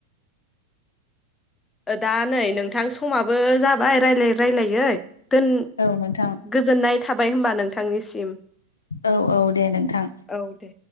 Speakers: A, on the left; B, on the left.
A: दा नै नोंथां समाबो जाबाय रायलायै रायलायै दोन
B: औ नोंथां
A: गोजोननाय थाब बाय होमबा नोंथांनिसिम
B: औ औ दे नोंथां
A: औ दे